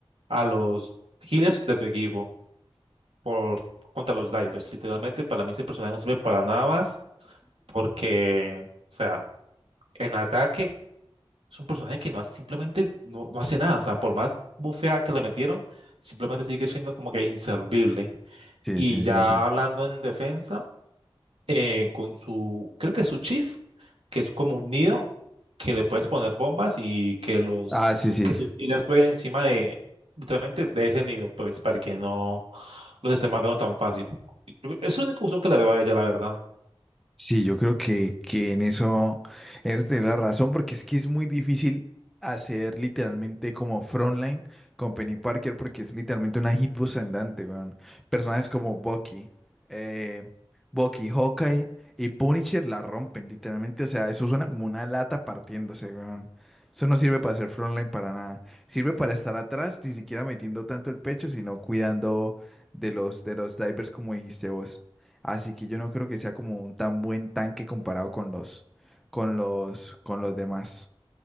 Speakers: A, on the right; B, in the centre.
A: a los healers de tu equipo por contra los divers. Literalmente, para mí ese personaje no sirve para nada más, porque, o sea, en ataque es un personaje que no hace- simplemente no, no hace nada. O sea, por más bufeada que le metieron, simplemente sigue siendo como que inservible.
B: Sí,
A: Y
B: sí, sí,
A: ya
B: sí.
A: hablando en defensa, eh, con su, creo que su chief, que es como un nido, que le puedes poner bombas y que los
B: Ah, sí, sí.
A: Que- killers jueguen encima de, literalmente, de ese nido, pues, para que no los esté matando tan fácil. Yo- Es un único uso que le veo a ella, la verdad.
B: Sí, yo creo que, que en eso, en eso tenés la razón, porque es que es muy difícil hacer literalmente como frontline con Penny Parker, porque es literalmente una hitbox andante, weón. Personajes como Bucky, eh, Bucky, Hawkeye y Punisher la rompen, literalmente. O sea, eso suena como una lata partiéndose, weón. Eso no sirve para hacer frontline para nada. Sirve para estar atrás, ni siquiera metiendo tanto el pecho, sino cuidando de los, de los divers, como dijiste vos. Así que yo no creo que sea como un tan buen tanque comparado con los, con los, con los demás.